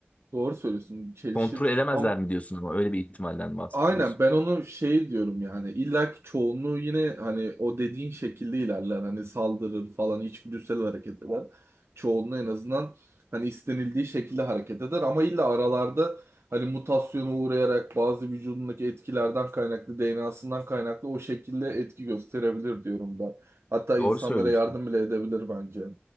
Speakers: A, on the right; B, on the left.
A: Doğru söylüyorsun. Çelişir
B: Kontrol edemezler
A: ama
B: mi diyorsun ama öyle bir ihtimalden bahsediyorsun.
A: Aynen ben onu şey diyorum yani illa ki çoğunluğu yine hani o dediğin şekilde ilerler hani saldırır falan içgüdüsel hareket eder. Çoğunluğu en azından hani istenildiği şekilde hareket eder ama illa aralarda hani mutasyona uğrayarak bazı vücudundaki etkilerden kaynaklı DNA'sından kaynaklı o şekilde etki gösterebilir diyorum ben. Hatta insanlara
B: Doğru söylüyorsun.
A: yardım bile edebilir bence.